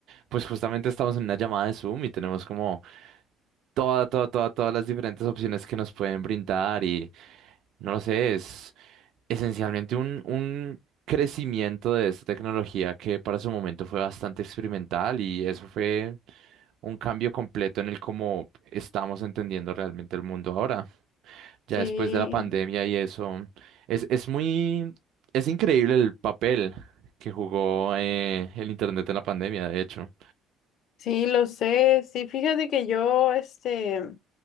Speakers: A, on the right; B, on the left.
A: pues justamente estamos en una llamada de Zoom y tenemos como toda, toda, toda, todas las diferentes opciones que nos pueden brindar y no lo sé, es esencialmente un, un crecimiento de esta tecnología que para su momento fue bastante experimental y eso fue un cambio completo en el cómo estamos entendiendo realmente el mundo ahora.
B: sí,
A: Ya después de la pandemia y eso, es, es muy, es increíble el papel que jugó eh, el Internet en la pandemia, de hecho.
B: sí, lo sé. Sí, fíjate que yo, este,